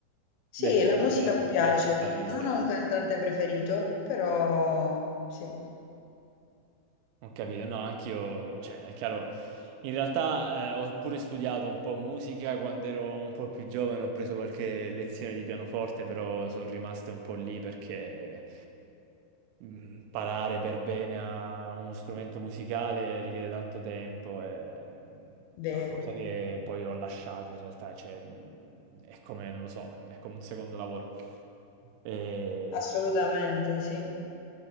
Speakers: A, on the left (about 80°); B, on the right (about 85°).
A: Sì,
B: Beh, giusto
A: la musica
B: perché la ascolti
A: mi piace.
B: anche in palestra.
A: Non ho un cantante preferito, però sì.
B: Ho capito, no, anch'io, cioè, è chiaro, in realtà eh, ho pure studiato un po' musica quando ero un po' più giovane, ho preso qualche lezione di pianoforte, però sono rimaste un po' lì perché mh, imparare per bene a uno strumento musicale richiede tanto tempo e
A: Vero,
B: è una cosa che poi ho lasciato in realtà, cioè mh, è come, non lo so, è come un secondo lavoro. E-
A: assolutamente, sì.